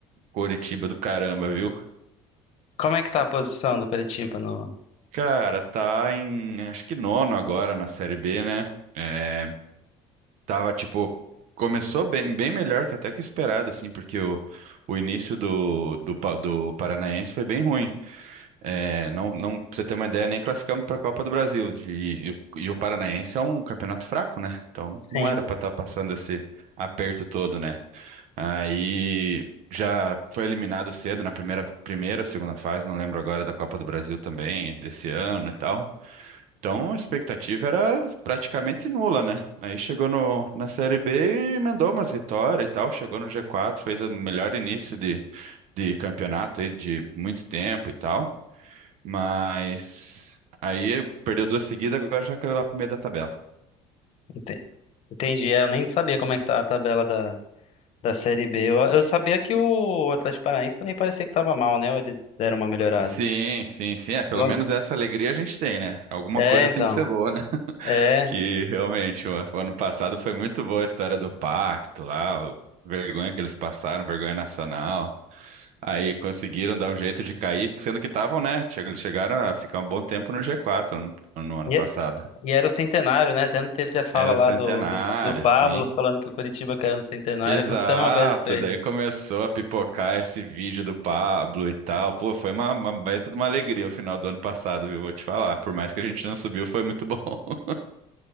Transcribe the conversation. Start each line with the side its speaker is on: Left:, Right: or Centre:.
Right: Coritiba do caramba, viu?
Left: Como é que tá a posição do Coritiba no.
Right: Cara, tá em, acho que nono agora na Série B, né? É, tava, tipo, começou bem, bem melhor que até que esperado, assim, porque o, o início do, do, pa- do Paranaense foi bem ruim. É, não, não, pra você ter uma ideia, nem classificamos para a Copa do Brasil. De, e, o e o Paranaense é um campeonato fraco, né? Então não
Left: Sim,
Right: era para estar passando esse aperto todo, né? Aí já foi eliminado cedo na primeira, primeira, segunda fase, não lembro agora da Copa do Brasil também, desse ano e tal. Então a expectativa era praticamente nula, né? Aí chegou no, na Série B e emendou umas vitórias e tal, chegou no G4, fez o melhor início de, de campeonato aí de muito tempo e tal. Mas aí perdeu duas seguidas, agora já caiu lá pro meio da tabela.
Left: ente- entendi. É, eu nem sabia como é que tá a tabela da, da Série B. Eu, eu sabia que o Atlético Paranaense também parecia que tava mal, né? Ou eles deram uma melhorada.
Right: Sim, sim, sim. É, pelo
Left: Pelo-
Right: menos essa alegria a gente tem, né? Alguma
Left: É,
Right: coisa
Left: então.
Right: tem que ser boa, né? <laughs>
Left: É.
Right: Que realmente, o o ano passado foi muito boa a história do pacto lá, o- vergonha que eles passaram, vergonha nacional. Aí conseguiram dar um jeito de cair, sendo que estavam, né? che- Chegaram a ficar um bom tempo no G4 no, no ano
Left: E,
Right: passado.
Left: é- e era o centenário, né? Até teve a fala
Right: Era
Left: lá
Right: centenário,
Left: do, do, do Pablo
Right: sim.
Left: falando que o Coritiba caiu no centenário.
Right: Exato,
Left: Aconteceu uma coisa com ele.
Right: daí começou a pipocar esse vídeo do Pablo e tal. Pô, foi uma, uma baita de uma alegria o final do ano passado, viu? Vou te falar. Por mais que a gente não subiu, foi muito bom. <laughs>